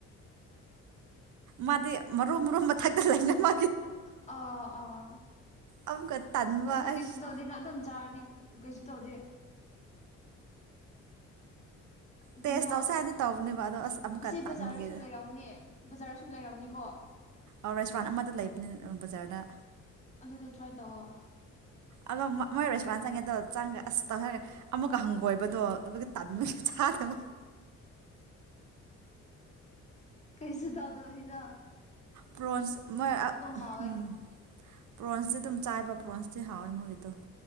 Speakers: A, on the right; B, on the left.
A: ꯃꯥꯗꯤ ꯃꯔꯨꯝ ꯃꯔꯨꯝ ꯃꯊꯛꯇ ꯂꯩꯅꯕ ꯃꯥ
B: ꯑ ꯑ
A: ꯑꯃꯨꯛꯀ ꯇꯟꯕ
B: ꯑꯗꯨ
A: ꯑꯩꯁ
B: ꯀꯩꯁꯨ ꯇꯧꯗꯦꯗ ꯑꯗꯨꯝ ꯆꯥꯔꯤ ꯀꯩꯁꯨ ꯇꯧꯗ
A: ꯇꯦꯁ
B: ꯀꯩꯅꯣ
A: ꯇꯧꯁꯦ ꯍꯥꯏꯅ ꯇꯧꯕꯅꯦꯕ ꯑꯗꯣ ꯑꯁ ꯑꯃꯨꯛꯀ
B: ꯁꯤ
A: ꯇꯟꯕꯒꯤ
B: ꯕꯖꯥꯔꯗꯁꯨ ꯂꯩꯔꯝꯃꯅꯦ ꯕꯖꯥꯔꯁꯨ ꯂꯩꯔꯝꯅꯤꯀꯣ
A: ꯑ ꯔꯦꯁꯇꯨꯔꯦꯟ ꯑꯃꯗ ꯂꯩꯕꯅꯤ ꯕꯖꯥꯔꯗ
B: ꯑꯗꯨꯗ ꯇ꯭ꯔꯥꯏ ꯇꯧꯑꯣ
A: ꯑꯗꯣ ꯃꯣꯏ ꯔꯦꯁꯄꯨꯔꯥꯟꯁ ꯆꯪꯉꯦ ꯑꯗꯣ ꯆꯪꯈ꯭ꯔꯦ ꯑꯁ ꯇꯪꯈꯈ꯭ꯔꯦ ꯑꯃꯒ ꯍꯪꯒꯣꯏꯕꯗꯣ ꯑꯗꯨꯒ ꯇ <unintelligible>
B: ꯀꯩꯁꯨ ꯇꯧꯗꯕꯤꯗ‌ꯣ
A: ꯄ꯭ꯔꯣꯟꯁ <unintelligible>
B: ꯍꯥꯎꯋꯦ
A: ꯎꯝ ꯄ꯭ꯔꯣꯟꯁꯇꯤ ꯑꯗꯨꯝ ꯆꯥꯏꯕ ꯄ꯭ꯔꯣꯟꯁꯇꯤ ꯍꯥꯎꯋꯦ ꯃꯣꯏꯒꯤꯗꯣ